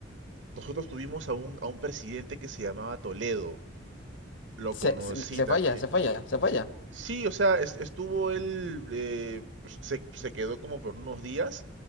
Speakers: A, on the right; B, on the left.
A: nosotros tuvimos a un, a un presidente que se llamaba Toledo. Lo
B: Se,
A: conocí
B: se, se
A: también.
B: falla, se falla, se falla.
A: Sí, o sea, es- estuvo él, eh, pues, se, se quedó como por unos días